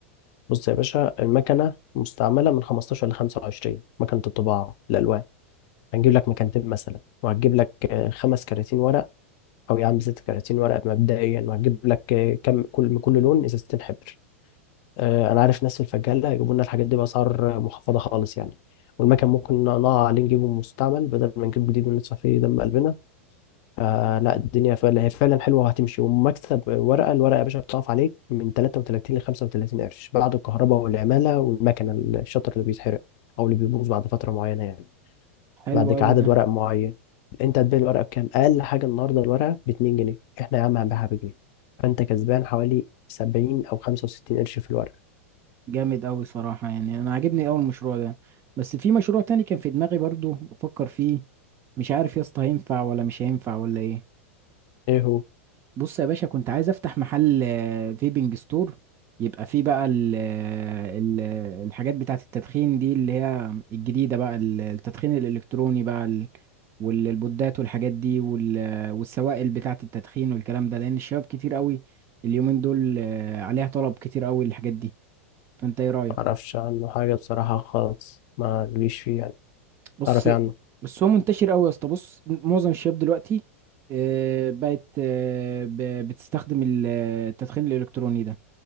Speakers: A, on the left (about 50°); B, on the right (about 35°).
A: بص يا باشا المكنة مستعملة من 15 ل 25 مكنة الطباعة الألوان هنجيب لك مكانتين مثلا وهتجيب لك آه، خمس كراتين ورق أو يا عم ست كراتين ورق مبدئيا وهتجيب لك آه، كم كل كل لون إزازتين حبر آه، أنا عارف ناس في الفجالة يجيبوا لنا الحاجات دي بأسعار محفظة خالص يعني والمكن ممكن نقع عليه نجيبه مستعمل بدل ما نجيب جديد وندفع فيه دم قلبنا فلا الدنيا فعلا هي فعلا حلوه وهتمشي ومكسب ورقه الورقه يا باشا بتقف عليك من 33 ل 35 قرش بعد الكهرباء والعماله والمكنه الشطر اللي بيتحرق او اللي بيبوظ بعد فتره معينه يعني
B: حلو
A: بعد كده
B: قوي
A: عدد
B: ده
A: ورق معين انت هتبيع الورقه بكام اقل حاجه النهارده الورقه ب 2 جنيه احنا يا عم هنبيعها بجنيه فانت كسبان حوالي 70 او 65 قرش في الورقه
B: جامد قوي صراحة يعني أنا عاجبني أول مشروع ده بس في مشروع تاني كان في دماغي برضو بفكر فيه مش عارف يا اسطى هينفع ولا مش هينفع ولا إيه
A: ايه هو
B: بص يا باشا كنت عايز افتح محل آه، فيبنج ستور يبقى فيه بقى ال ال الحاجات بتاعة التدخين دي اللي هي الجديدة بقى ال- التدخين الإلكتروني بقى ال- والبودات والحاجات دي وال- والسوائل بتاعة التدخين والكلام ده لأن الشباب كتير قوي اليومين دول آه، عليها طلب كتير قوي الحاجات دي فأنت إيه رأيك؟
A: معرفش عنه حاجه بصراحه خالص ما ليش فيه يعني
B: بص
A: تعرف إيه عنه
B: بس هو منتشر قوي يا اسطى بص معظم الشباب دلوقتي آه، بقت آه، ب- بتستخدم ال- التدخين الإلكتروني ده